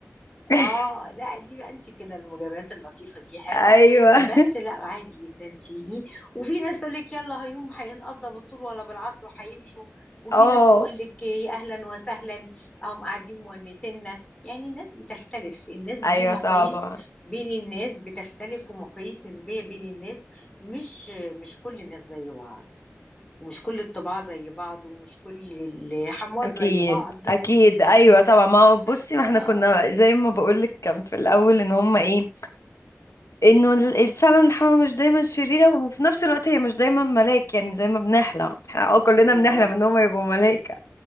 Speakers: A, on the left; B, on the left.
A: <laughs>
B: اه لا دي بقى انت كده المجاملات اللطيفه دي حلوه
A: ايوه
B: بس لا عادي جدا تيجي وفي ناس تقول لك يلا هيوم هينقضى بالطول ولا بالعرض وهيمشوا وفي
A: اه
B: ناس تقول لك يا اهلا وسهلا هم قاعدين مونسينا يعني الناس بتختلف الناس دي
A: ايوه
B: مقاييس
A: طبعا
B: بين الناس بتختلف ومقاييس نسبيه بين الناس مش مش كل الناس زي بعض ومش كل الطباع زي بعض ومش كل الحموات
A: اكيد
B: زي بعض
A: اكيد ايوه طبعا ما هو بصي
B: <laughs>
A: ما احنا
B: آه
A: كنا زي ما بقولك كان في الاول ان هما ايه انه ال- ال- فعلا الحمامة مش دايما شريرة وفي نفس الوقت هي مش دايما ملاك يعني زي ما بنحلم احنا اه كلنا
B: بالظبط
A: بنحلم ان هم يبقوا ملايكة